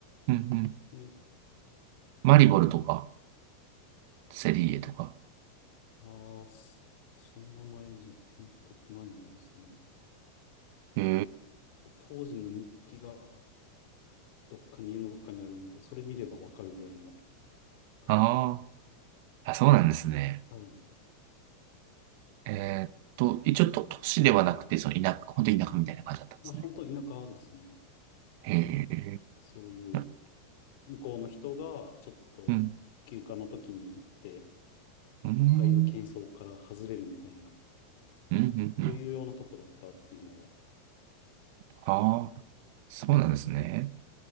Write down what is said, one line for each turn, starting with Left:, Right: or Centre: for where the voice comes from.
Right: うん、うんうん。
Left: えっと
Right: マリボルとか、セリエとか。
Left: あーすその名前じゃピンとこないですね。
Right: へ
Left: と当時の日記がどっかに、家のどっかにあるんで、それ見ればわかるぐらいの感じです。
Right: ああ、あ、そうなんですね。
Left: はい。
Right: えーっと、一応都、都市ではなくて、その田舎、本当に田舎みたいな感じだったんですね。
Left: まあ、本当田舎ですね。
Right: へえ。
Left: そういう、
Right: うん、
Left: 向こうの人が、ちょっと休暇の時に行って、
Right: うん、うん、
Left: 都会の喧騒から外れるみたいな、
Right: うん、うん。
Left: そういうようなとこだったっていうのは。
Right: ああ、そうなんですね。